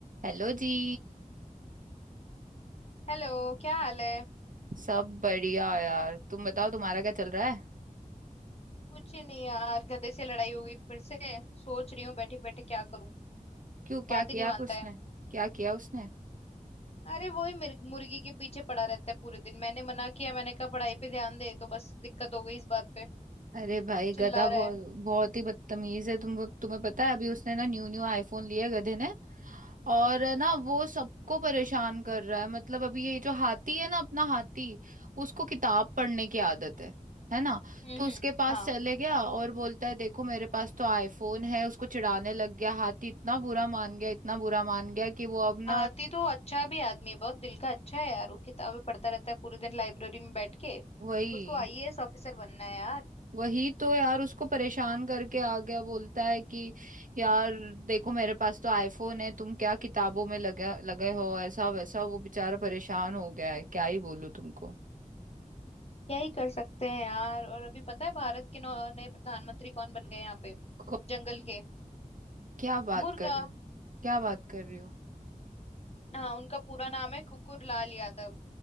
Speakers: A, on the right; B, on the left.
A: Hello जी
B: Hello क्या हाल है
A: सब बढ़िया यार तुम बताओ तुम्हारा क्या चल रहा है
B: कुछ नहीं यार गधे से लड़ाई हो गई फिर से सोच रही हूँ बैठे बैठे क्या करूँ
A: क्यों क्या
B: बात
A: किया
B: ही नहीं मानता
A: उसने
B: है
A: क्या किया उसने
B: अरे वही मिर्ग- मुर्गी के पीछे पड़ा रहता है पूरे दिन मैंने मना किया मैंने कहा पढ़ाई पे ध्यान दे तो बस दिक्कत हो गई इस बात पे
A: अरे भाई
B: चिल्ला
A: गधा बहुत
B: रहा है
A: बहुत ही बदतमीज है तुम तुम्हें पता है अभी उसने ना न्यू न्यू आईफोन लिया है गधे ने और
B: हम्म
A: ना वो सबको परेशान कर रहा है मतलब अभी ये जो हाथी है ना अपना हाथी उसको किताब पढ़ने की आदत है है ना
B: हम्म
A: तो
B: हम्म,
A: उसके पास
B: हाँ
A: चले गया और बोलता है देखो मेरे पास तो आईफोन है उसको चिढ़ाने लग गया हाथी इतना बुरा मान गया इतना बुरा मान गया कि वो अब ना
B: आती तो अच्छा भी आदमी है बहुत दिल का अच्छा है यार वो किताबें पढ़ता रहता है पूरे दिन लाइब्रेरी में बैठ के
A: वही
B: उसको आईएएस ऑफिसर बनना है यार
A: वही तो यार उसको परेशान करके आ गया बोलता है कि यार
B: हम्म।
A: देखो मेरे पास तो आईफोन है तुम क्या किताबों में लगे लगे हो ऐसा वैसा वो बेचारा परेशान हो गया है क्या ही बोलूं तुमको
B: क्या ही कर सकते हैं यार और अभी पता है भारत के नौ- नए प्रधानमंत्री कौन बन गए यहाँ पे
A: को-
B: जंगल के
A: क्या बात
B: मुर्गा
A: कर रहे हो क्या बात कर रही हो
B: हाँ उनका पूरा नाम है कुकुर लाल यादव